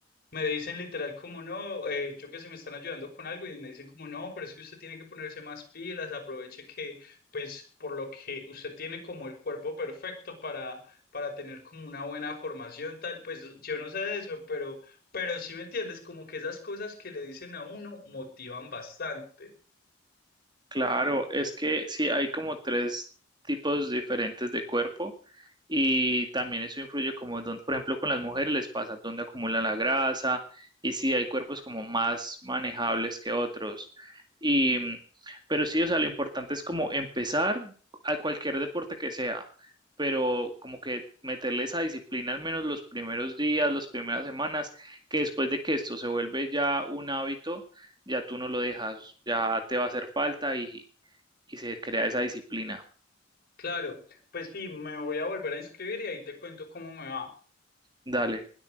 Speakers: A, on the left (about 50°); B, on the right (about 25°).
A: Me dicen literal como no, eh, yo que sé, me están ayudando con algo y me dicen como no, pero es que usted tiene que ponerse más pilas, aproveche que pues por lo que usted tiene como el cuerpo perfecto para, para tener como una buena formación tal, pues yo no sé de eso, pero, pero sí me entiendes, como que esas cosas que le dicen a uno motivan bastante.
B: Claro, es que sí, hay como tres tipos diferentes de cuerpo y también eso influye como, don- por ejemplo, con las mujeres les pasa dónde acumulan la grasa y sí, hay cuerpos como más manejables que otros. Y, mm, pero sí, o sea, lo importante es como empezar a cualquier deporte que sea, pero como que meterle esa disciplina al menos los primeros días, las primeras semanas, que después de que esto se vuelve ya un hábito ya tú no lo dejas, ya te va a hacer falta y, y se crea esa disciplina.
A: Claro, pues sí, me voy a volver a inscribir y ahí te cuento cómo me va.
B: Dale.